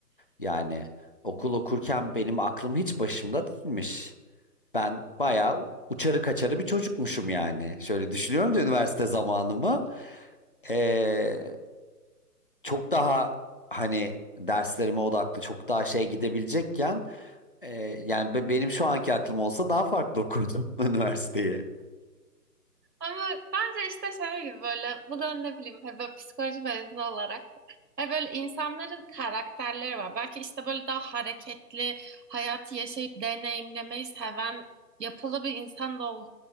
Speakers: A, on the left; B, on the right.
A: Yani okul okurken benim aklım hiç başımda değilmiş. Ben bayağı uçarı kaçarı bir çocukmuşum yani. Şöyle düşünüyorum da üniversite zamanımı. Ee, çok daha hani derslerime odaklı, çok daha şey gidebilecekken e, yani be- benim şu anki aklım olsa daha farklı okurdum <laughs> üniversiteyi.
B: Ama bence işte şey gibi böyle bu da ne bileyim hani böyle psikoloji mezunu olarak hani böyle insanların karakterleri var. Belki işte böyle daha hareketli hayatı yaşayıp deneyimlemeyi seven yapılı bir insan da ol-